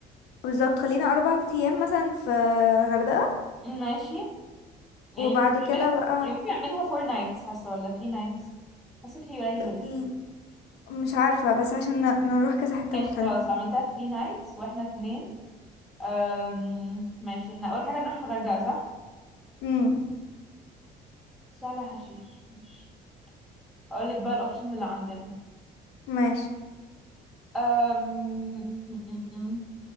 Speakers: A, on the left; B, in the centre.
A: بالظبط خلينا اربع ايام مثلا في غردقة
B: ماشي يعني
A: وبعد
B: ممكن
A: كده
B: اعملها
A: بقى
B: يعني ممكن اعملها فور نايتس حاسه ولا ثري نايتس حاسه ثري قليل
A: ال-
B: ولا ايه
A: مش عارفة بس عشان ن- نروح كذا حتة
B: ماشي
A: مختلفة
B: خلاص عملتها ثري نايتس واحنا اتنين أم... ماشي احنا اول حاجه نروح الغردقه صح
A: امم
B: سهله حشيش ماشي هقول لك بقى الاوبشنز اللي عندنا
A: ماشي
B: أم... م- م- م.